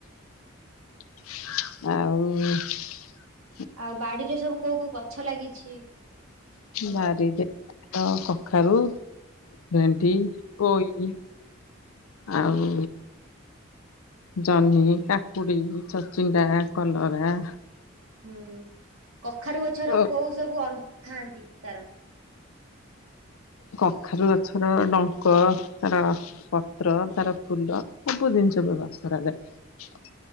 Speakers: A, on the left (about 85°); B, on the right (about 80°).
A: ଆଉ
B: ଆଉ ବାଡିରେ ସବୁ କୋଉ କୋଉ ଗଛ ଲାଗିଛି? ତମର?
A: ବାରିରେ ତ କଖାରୁ ଭେଣ୍ଡି
B: ହୁଁ
A: ପୋଇ
B: ହୁଁ।
A: ଆଉ ଜହ୍ନି କାକୁଡି ଛଚିଣ୍ଡା କଲରା
B: ହୁଁ କଖାରୁ ଗଛର
A: ଓ
B: କୋଉ ସବୁ ଅଥାନ୍ତି ତାର
A: କଖାରୁ ଗଛର ଡଙ୍କ ତାର ପତ୍ର ତାର ଫୁଲ ସବୁ ଜିନିଷ ବ୍ୟବହାର କରାଯାଏ